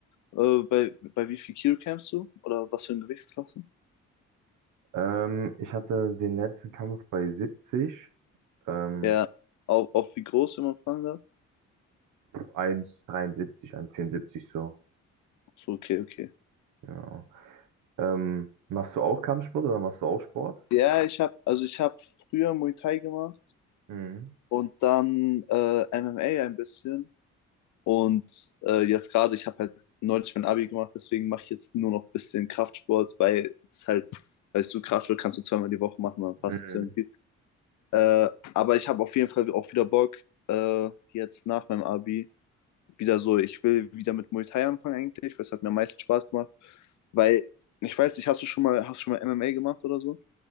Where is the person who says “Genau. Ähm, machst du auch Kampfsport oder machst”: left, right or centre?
Right